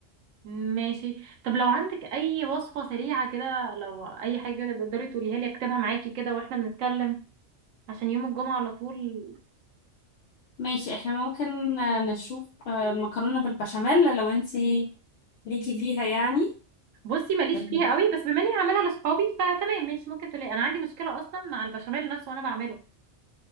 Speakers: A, on the right; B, on the left.
A: ماشي طب لو عندك اي وصفة سريعة كده لو اي حاجة تقدري تقوليها لي اكتبها معاكي كده واحنا بنتكلم عشان يوم الجمعة على طول
B: ماشي احنا ممكن آه، نشوف آه، المكرونة بالبشاميل لو انتي ليكي فيها يعني
A: بصي ماليش
B: <laughs>
A: فيها قوي بس بما اني هعملها لاصحابي فتمام ماشي ممكن تقولي انا عندي مشكلة اصلا مع البشاميل نفسه وانا بعمله